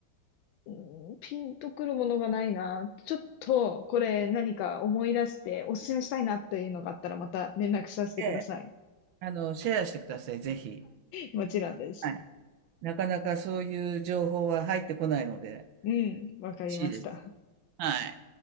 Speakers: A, on the left; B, on the right.
A: うんピンとくるものがないな。ちょっと、これ何か思い出しておすすめしたいなっていうのがあったらまた連絡させてください。
B: ええあの、シェアしてください、ぜひ。
A: もちろんです。
B: はい。なかなかそういう情報は入ってこないので、
A: うん、わかりました。
B: 欲しいです。はい。